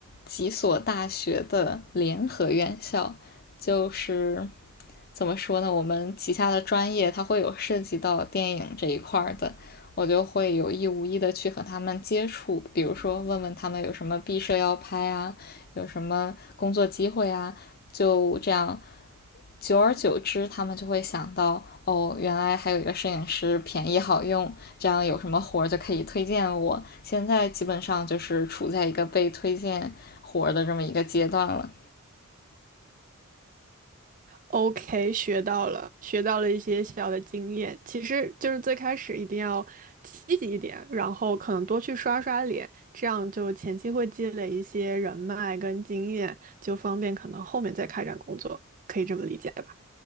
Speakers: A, on the left; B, on the right.
A: 几所大学的联合院校，就是怎么说呢，我们旗下的专业它会有涉及到电影这一块的，我就会有意无意的去和他们接触，比如说问问他们有什么毕设要拍啊，有什么工作机会啊，就这样，久而久之，他们就会想到，哦，原来还有一个摄影师便宜好用，这样有什么活就可以推荐我。现在基本上就是处在一个被推荐活的这么一个阶段了。
B: OK，学到了，学到了一些小的经验。其实就是最开始一定要积极一点，然后可能多去刷刷脸，这样就前期会积累一些人脉跟经验，就方便可能后面再开展工作，可以这么理解吧？